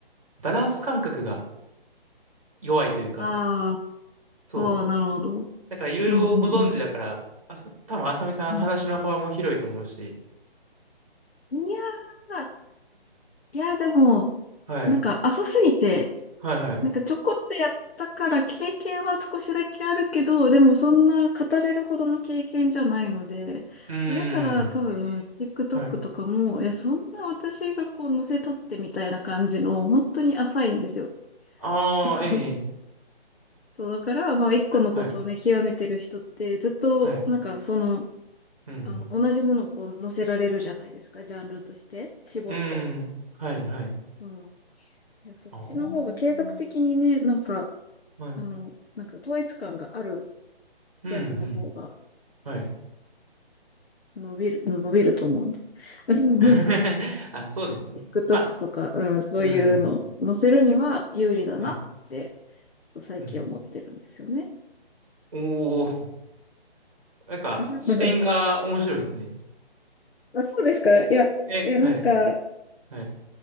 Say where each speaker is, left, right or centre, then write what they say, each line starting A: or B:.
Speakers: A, on the right; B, on the left.
A: バランス感覚が弱いというか、
B: あ
A: そう。
B: あ、ああ、なるほど。
A: だからいろいろご存知だから、
B: うんうんうん。
A: あそ、多分あさみさん話の幅も広いと思うし。
B: うん。いやー、いやーでも、
A: はい。
B: なんか浅すぎて、
A: はいはい。
B: なんかちょこっとやったから経験は少しだけあるけど、でもそんな語れるほどの経験じゃないので、
A: うー
B: だから多分
A: ん。
B: TikTok
A: はい。
B: とかも、いや、そんな私がこう載せたってみたいな感じの、本当に浅いんですよ。
A: ああー、
B: <laughs>
A: ええ、ええ
B: そう、だから、まあ一個のことをね、
A: はい。
B: 極めてる人ってずっと、
A: はい。
B: なんかその、
A: うん、
B: あの、同じものをこう載せられるじゃないですか、ジャンルとして、絞って。
A: うん。うーん。はい、はい。
B: うん。いや、そっちの方が継続的にね、
A: ああ、
B: なんか、
A: はい。
B: あの、なんか統一感がある
A: うん、
B: やつの方が
A: うん。はい。
B: 伸びる、伸びると思うんで。<laughs>
A: <laughs> あ、そうですね。
B: TikTok
A: まあ、
B: とか、うん、そういうの載せるには有利だなって、
A: うん。はい。
B: ちょっと最近思ってるんですよね。
A: うん。おお、なんか、
B: <laughs>
A: 視点が面白いですね。
B: あ、そうですか。いや、
A: え、
B: いや、
A: はい。
B: なんか、
A: はい。